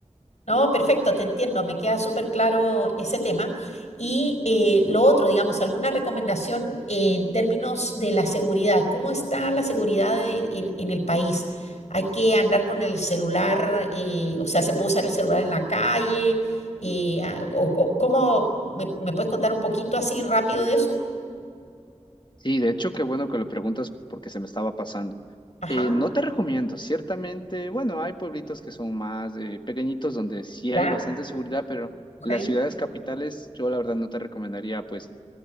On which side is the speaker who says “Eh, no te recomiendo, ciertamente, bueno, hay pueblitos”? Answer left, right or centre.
Left